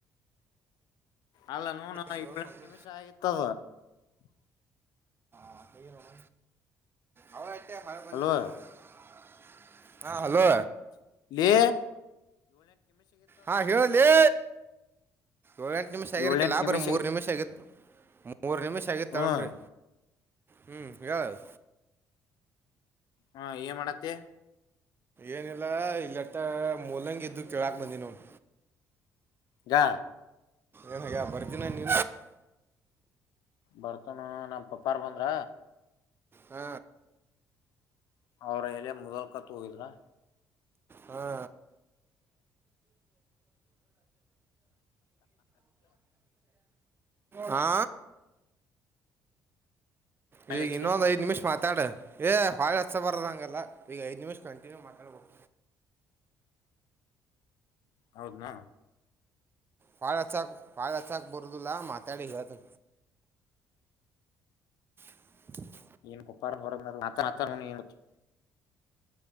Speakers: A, on the left (about 75°); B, on the right (about 30°).
A: ಅಲ್ಲ ನೋಣ
B: ಶಿವ
A: ಏಳೆಂಟು
B: ಸ್ವಾಮಿ.
A: ನಿಮಿಷ ಆಗಿತ್ತು ವಾ <unintelligible>
B: ಹ ಅವರ <unintelligible> ಎ ಹಾರ ಬಲು
A: ಹಲೋ
B: <unintelligible> ಹಾ ಹಲೋ
A: ಲೆ
B: ಹಾ ಹೇಳಲಿಿ ಏಳ ಎಂಟು ನಿಮಿಷ ಆಗಿರ್ಕಿಲ್ಲಾಬ್ರಿ
A: ಏಳೆಂಟ್ ನಿಮಿಷಗಿ
B: ಮೂರ್ ನಿಮಿಷ ಆಗಿತ್ತು ಮೂರ್ ನಿಮಿಷ ಆಗಿತ್ತಾಳಬ್ರಿ
A: ಹ್ಮ್
B: ಹ್ಮ್ ಹೇಳು
A: ಹಾ ಏ ಮಾಡತ್ತೆ
B: ಏನಿಲ್ಲ ಇಲ್ಲಟ್ಟ ಮೂಲಂಗಿದ್ದು ಕೇಳಾಕ್ ಬಂದೀನ್ ನೋಡ್
A: ಗಾ
B: ಏನಯ್ಯ ಬರ್ದಿನ ನೀ
A: ಬರ್ತನು ನಮ್ಮ ಪಪ್ಪಾರ ಬಂದ್ರ.
B: ಹ್ಮ
A: ಅವ್ರ ಎಲೆ ಮೊದಲ್ ಕತ್ ಹೋಗಿದ್ರ.
B: ಹಾ <unintelligible> ಹಾ
A: ಆಮೇಲ್
B: ಈಗ
A: ಹಚ್ಲಿ
B: ಇನ್ನೊಂದ ಐದ್ ನಿಮಿಷ ಮಾತ್ ಮಾತಾಡ ಏ ಹೋಗ್ ಹಚ್ಚ ಬರದಂಗೆಲ್ಲ ಈಗ ಐದ್ ನಿಮಿಷ ಕಂಟಿನ್ಯೂ ಮಾತಾಡ್ಬೋದು.
A: ಹೌದ್ನಾ?
B: ಪಾಳ ಹಚ್ಚಕ್ ಪಾಳ ಅಚ್ಚಕ್ ಬರ್ದುಲ್ಲ ಮಾತಾಡಿ ಇರದು. <unintelligible>
A: ಏನ್ ಪಪ್ಪಾರ ಹೊರ ಆತನ್ ಆತನ್ ನೀ ಹಚ್ಚ್